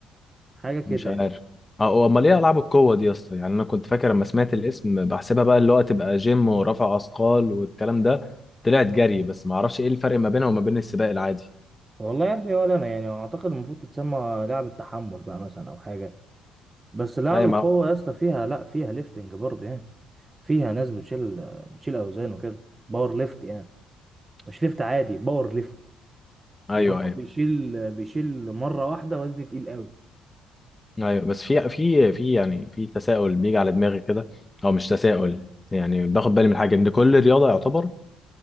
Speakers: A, on the right (about 25°); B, on the left (about 20°).
A: حاجه كده
B: مش عارف
A: يعني
B: اه امال ايه العاب القوه دي يا اسطى يعني انا كنت فاكر لما سمعت الاسم بحسبها بقى اللي هو تبقى جيم ورفع اثقال والكلام ده طلعت جري بس ما اعرفش ايه الفرق ما بينها وما بين السباق العادي
A: والله يا ابني ولا انا يعني اعتقد المفروض تتسمى لعبه تحمل بقى مثلا او حاجه بس لعب
B: ايوه
A: القوة
B: ما...
A: يا اسطى فيها لا فيها ليفتنج برضه يعني فيها ناس بتشيل بتشيل أوزان وكده باور ليفت يعني مش ليفت عادي باور ليفت
B: ايوه
A: اللي هو
B: ايوه
A: بيشيل بيشيل مرة واحدة وزن تقيل قوي
B: ايوه بس في في في يعني في تساؤل بيجي على دماغي كده او مش تساؤل يعني باخد بالي من حاجه ان كل رياضه يعتبر